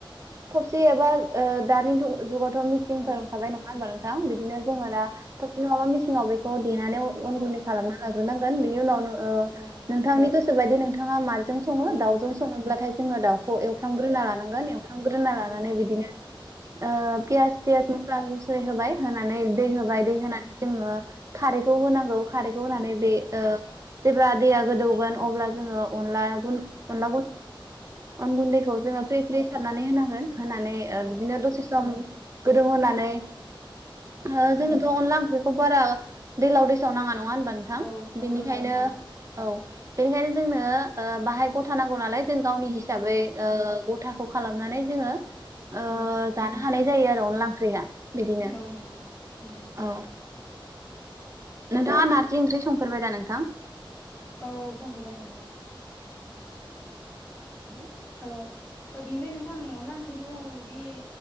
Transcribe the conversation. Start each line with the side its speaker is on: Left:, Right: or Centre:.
Right: थबसि एबा ओ दानि थ' जुगाव थ' मिसिंफोर
Left: औ
Right: ओंखारबाय नङा होनबा नों थां बे दिनो जोङो दा थबसि नङाबा मिस सिनाव बेखौ देनानै अन
Left: औ
Right: गुन्दै खालामना ला ग्रोनांगोन बिनि उनावनो ओ
Left: औ
Right: नोंथांनि गोस <unintelligible> नोंथाङा मान जों सङो
Left: औ
Right: दावजों सङोब्लाथाय जोङो दाउखौ एवफ्रामग्रोना लानांगोन एवफ्रामग्रोना लानानै
Left: औ
Right: बिदिनो ओ पियास थियास मस्ला मस्लि होबाय होनानै दै होबाय दै होनानै जोङो खारैखौ होनांगौ खारैखौ होनानै बे ओ जेब्ला दैआ गोदौगोन अब्ला जों जों अनलायावबो अन गुन्दैखौ जोङो फ्रि फ्रि सारनानै होनांगोन होन ओ बिदिनो
Left: औ
Right: दसे सम गोदौ होनानै ओ जोंनोथ' अनला ओंख्रि बारा दैलाव दै साव नाङा नङा होनबा नोंथां
Left: औ नंगौ
Right: बेनिखायनो
Left: नोंथां नंगौ
Right: औ बेनिखायनो जोंनो ओ बाहाय गथा नांगौ नालाय जों गावनि हिसाबै
Left: औ
Right: ओ गथाखौ खालामनानै जोङो आ
Left: औ
Right: जानो हानाय जायो आरो अनला रिया बिदिनो
Left: औ नंगौ उम
Right: औ नोंथाङा नारजि ओंख्रि संफेरबाय दा नोंथां
Left: औ औ संफैबाय नोंथां
Right: <unintelligible>
Left: ओ बेनिफ्राय नोंथां अनला ओंख्रिखौ बे